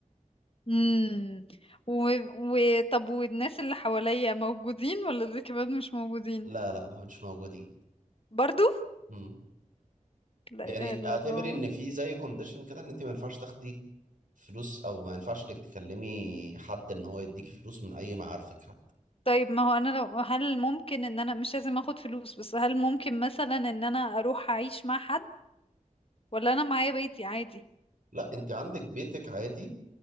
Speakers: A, on the left; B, on the right.
A: امم و... و... طب والناس اللي حواليا موجودين ولا دول كمان مش موجودين
B: لا لا ما مش موجودين
A: برضو
B: مم.
A: لا
B: يعني
A: اله الا
B: اعتبري
A: الله
B: ان في زي كونديشن كده ان انت ما ينفعش تاخدي فلوس او ما ينفعش انك تكلمي حد ان هو يديكي فلوس من اي معارفك حتى
A: طيب ما هو انا لو هل ممكن ان انا مش لازم اخد فلوس بس هل ممكن مثلا ان انا اروح اعيش مع حد ولا انا معايا بيتي عادي
B: لا انت عندك بيتك عادي